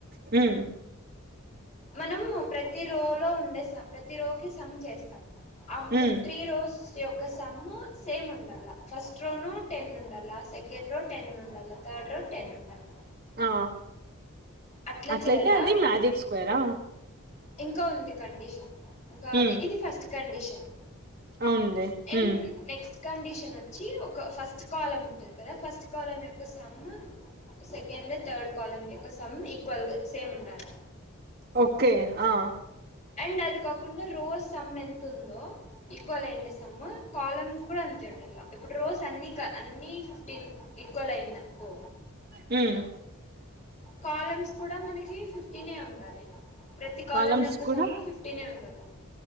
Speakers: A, on the right; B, on the left.
A: హు
B: మనము ప్రతి రోలో ఉండే సమ్, ప్రతి రోకి సమ్ చేస్తాం. అమ్
A: ఉమ్
B: త్రీ రోస్ ప్రతి ఒక్క సమ్ సేమ్ ఉండాల, ఫస్ట్ రోలో టెన్ ఉండాల, సెకండ్ రో టెన్ ఉండాల. థర్డ్ రో టెన్ ఉంటాల
A: ఆ
B: అట్లా
A: అట్లయితే
B: చేయాల
A: అది మ్యాజిక్ స్క్వేరా?
B: ఇంకా ఉంది కండిషన్, ఇంకా అది
A: ఉమ్
B: ఇది ఫస్ట్ కండిషన్.
A: అవునులే
B: ఎన్
A: ఉమ్
B: నెక్స్ట్ కండిషన్ వచ్చి, ఒక ఫస్ట్ కాలమ్ ఉంటది కదా, ఫస్ట్ కాలమ్ యొక్క సమ్ సెకండ్ థర్డ్ కాలమ్ యొక్క సమ్ ఈక్వల్ గా సేమ్ ఉండాలి.
A: ఓకే ఆ
B: అండ్ అది కాకుండా రో సమ్ ఎంతుందో ఈక్వల్ అయిండే సమ్, కాలమ్ కూడా అంతే ఉండాల. ఇప్పుడు రోస్ అన్ని క అన్ని ఫిఫ్టీన్ ఈక్వల్ అయిందనుకో
A: హుమ్
B: కాలమ్స్ కూడా మనకి ఫిఫ్టీనే ఉండాలి. ప్రతి కాలమ్
A: కాలమ్స్
B: యొక్క
A: కూడా
B: సమ్ ఫిఫ్ ఒట్టిగనే ఉండాలె